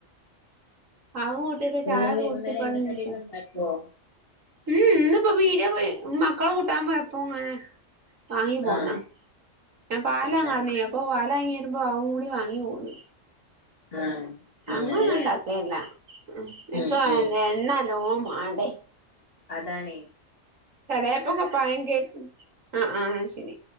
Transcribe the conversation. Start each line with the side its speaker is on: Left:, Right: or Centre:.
Right: അത് കൂട്ടിയൊക്കെ
Left: എന്നും
Right: ചായ
Left: വൈകുന്നേരം
Right: കുടിച്ചിട്ടാണ്
Left: എണ്ണക്കടി
Right: നീച്ചേ
Left: ഒക്കെ ഉണ്ടാക്കുവോ
Right: ഉം ഇന്നിപ്പോ പീടിയെ പോയി മക്കളെ കൂട്ടാൻ പോയപ്പോ ഇങ്ങനെ മാങ്ങി പോന്നാ
Left: ആഹ്
Right: ഞാൻ പാലാങ്ങാന്
Left: അങ്ങനെ
Right: പറഞ്ഞിന് അപ്പോൾ പാലാങ്ങി വരുമ്പോൾ അവും കൂടി വാങ്ങി ഇങ്ങ് പോന്നു
Left: ആഹ്
Right: അങ്ങൊന്നുംണ്ടാക്കല്ല
Left: അങ്ങനെല്ലേ
Right: നിക്ക്
Left: ഉം ഉം
Right: എണ്ണ നല്ലോം മാണ്ടേ
Left: അതാണ്
Right: ചെലെപ്പൊ പയ കേക്ക് ആഹ് ആഹ് ശരി